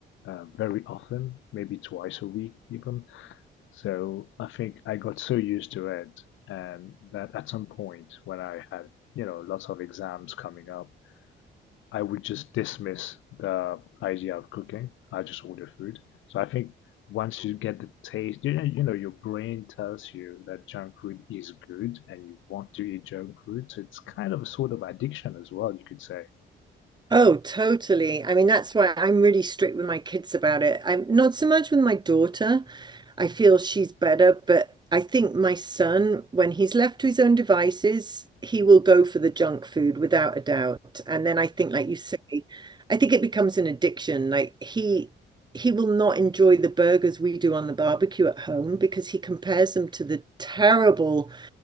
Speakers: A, on the left (about 80°); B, on the right (about 20°).
A: uh, very often, maybe twice a week even. So I think I got so used to it, and that at some point when I had, you know, lots of exams coming up, I would just dismiss the idea of cooking. I just order food. So I think once you get the taste, you know, you know, your brain tells you that junk food is good and you want to eat junk food. So it's kind of a sort of addiction as well, you could say.
B: Oh, totally. I mean, that's why I'm really strict with my kids about it. I'm not so much with my daughter. I feel she's better, but I think my son, when he's left to his own devices, he will go for the junk food without a doubt. And then I think, like you say, I think it becomes an addiction. Like he he will not enjoy the burgers we do on the barbecue at home because he compares them to the terrible